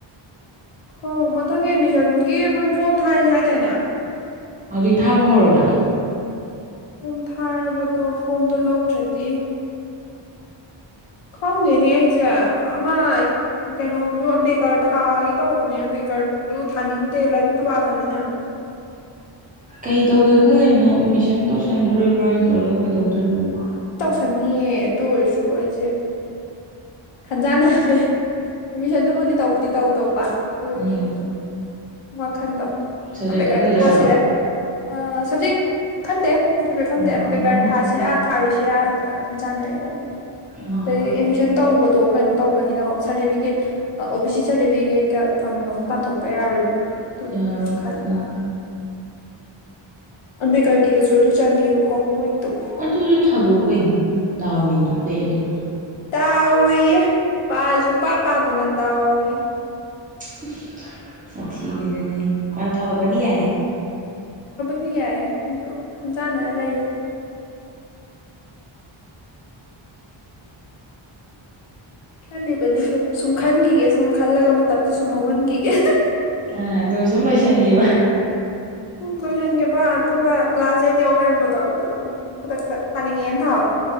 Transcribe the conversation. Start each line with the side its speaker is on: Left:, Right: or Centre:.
Left: ꯍꯣ ꯃꯊꯪꯒꯤ ꯑꯦꯠꯃꯤꯁꯟꯒꯤ ꯃꯣꯏ ꯐꯣꯔꯝ ꯊꯥꯔꯦꯗꯤ ꯍꯥꯏꯗꯥꯏꯅꯦ
Right: ꯍꯧꯖꯤꯛ ꯊꯥꯕ ꯍꯧꯔꯕꯅꯤ
Left: ꯐꯣꯝ ꯊꯥꯔꯕꯗꯣ ꯐꯣꯝꯗꯣ ꯂꯧꯗ꯭ꯔꯗꯤ ꯈꯪꯗꯦꯅꯦ ꯑꯩꯖꯦ ꯑꯃ ꯀꯩꯅꯣꯖꯨ ꯑꯝꯕꯦꯠꯀꯔ ꯊꯥꯒꯦ ꯇꯧꯕꯅꯦ ꯑꯝꯕꯦꯀꯥ ꯀꯔꯇꯨꯁꯨ ꯊꯥꯅꯤꯡꯗꯦ ꯂꯥꯏꯔꯤꯛ ꯑꯝꯇ ꯄꯥꯗꯕꯅꯤꯅ
Right: ꯀꯩ ꯇꯧꯒꯦ ꯈꯜꯂꯤꯕꯅꯣ ꯑꯦꯠꯃꯤꯁꯟ ꯇꯧꯁꯟꯗꯣꯔꯤꯕ꯭ꯔꯥ ꯅꯠꯇ꯭ꯔꯒ ꯀꯩꯗꯧꯗꯣꯔꯤꯕꯅꯣ
Left: ꯈꯟꯅꯤꯌꯦ ꯑꯗꯨ ꯑꯣꯏꯁꯨ ꯑꯩꯁꯦ ꯈꯟꯖꯥꯟꯅꯍꯜꯂꯦ ꯑꯦꯠꯃꯤꯁꯟꯗꯨꯕꯨꯗꯤ ꯇꯧꯕꯨꯗꯤ ꯇꯧꯗꯧꯕ ꯑꯗꯨ ꯑꯣꯏꯔꯁꯨ
Right: ꯎꯝ
Left: ꯁꯨꯝ ꯋꯥꯈꯜꯗꯣ
Right: ꯁꯕꯖꯦꯛꯇꯣ
Left: ꯑꯝꯕꯦꯠꯀꯔꯗ
Right: ꯈꯜꯂꯤꯔꯕ
Left: ꯊꯥꯁꯤꯔꯥ ꯑꯥ ꯁꯞꯖꯦꯛ ꯈꯟꯗꯦ
Right: ꯑꯣ
Left: <unintelligible> ꯑꯝꯕꯦꯠꯀꯔꯗ ꯊꯥꯁꯤꯔ ꯊꯔꯣꯏꯁꯤ ꯌꯥꯅ ꯈꯟꯖꯥꯅꯔꯤꯕ
Right: ꯎꯝ
Left: ꯑꯗꯨꯒꯤ ꯑꯦꯠꯃꯤꯁꯟ ꯇꯧꯕꯗꯣ ꯀꯩꯅꯣ ꯇꯧꯕꯅꯤꯅ ꯁꯥꯔꯇꯤꯐꯤꯀꯦꯠ ꯑꯣ ꯕꯤ ꯁꯤ ꯁꯥꯔꯇꯤꯐꯤꯀꯦꯠꯀ ꯏꯟꯀꯝꯒ ꯑꯃꯨꯛ ꯇꯥꯟꯊꯣꯛꯄ ꯌꯥꯔꯣꯏꯗꯅ ꯇꯨꯒꯤ
Right: ꯌꯥꯔꯣꯏ
Left: ꯑꯃꯨꯛꯁꯨ ꯈꯟꯕ
Right: ꯎꯝ
Left: ꯑꯝꯕꯦꯗꯀꯔꯒꯤꯗꯨꯁꯨ ꯑꯗꯨ ꯆꯪꯉꯦꯕꯀꯣ ꯃꯣꯏꯒꯤꯗꯣ ꯎꯝ
Right: ꯑꯗꯨꯁꯨ ꯊꯥꯗꯣꯛꯎ ꯀꯩꯅꯣ ꯗꯥꯎ ꯌꯦꯡꯊꯣꯛꯄ ꯌꯥꯏ ꯀꯩꯅꯣ
Left: ꯗꯥ ꯗꯥꯎꯑꯦꯌꯦ ꯄꯥꯁꯨ ꯁꯨꯛꯄꯥ ꯄꯥꯗꯅ ꯗꯥꯎꯑꯦꯌꯦ
Right: ꯎꯝ ꯁꯥꯠꯊꯤꯕꯤꯗꯨꯅꯤ ꯑꯗꯣ ꯊꯗꯣꯛꯄꯗꯨꯗꯤ ꯌꯥꯏꯍꯦ
Left: ꯊꯤꯌꯥꯏꯌꯦ ꯑꯗꯨ ꯈꯟꯖꯥꯟꯅꯔꯒ ꯂꯩꯔꯤ ꯈꯜꯂꯤꯕꯅꯤ ꯁꯨꯝ ꯁꯨꯝ ꯈꯟꯒꯤꯒꯦ ꯁꯨꯝ ꯈꯜꯂꯒ ꯃꯇꯝꯁꯦ ꯁꯨꯝ ꯍꯧꯍꯟꯒꯤꯒꯦ
Right: ꯑꯥ ꯑꯗꯨꯒ ꯁꯨꯝ ꯂꯣꯏꯁꯤꯟꯒꯤꯕ
Left: ꯂꯣꯏꯁꯤꯟꯒꯤꯕ ꯑꯗꯨꯒ ꯂꯥꯁ ꯗꯦꯗ ꯌꯧ ꯂꯩꯔꯝꯕꯗꯣ ꯑꯗꯨꯒ ꯈꯨꯗꯛꯇ ꯊꯥꯅꯤꯡꯉꯦꯅ ꯊꯥꯕ